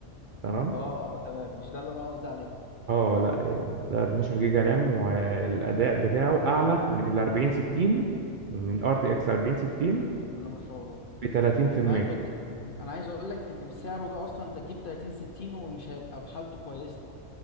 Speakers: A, on the right; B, on the left.
A: تمام
B: اه اه تمام مش ده اللي انا قصدي عليه
A: اه لا إيه، ده 12 جيجا رام والاداء بتاعه اعلى من ال 40 60 من الار تي اكس 40 60
B: بسم الله ما شاء الله
A: ب 30%
B: انا كنت انا عايز اقول لك ان بسعره ده اصلا انت تجيب 30 60 ومش هيبقى بحالته كويسة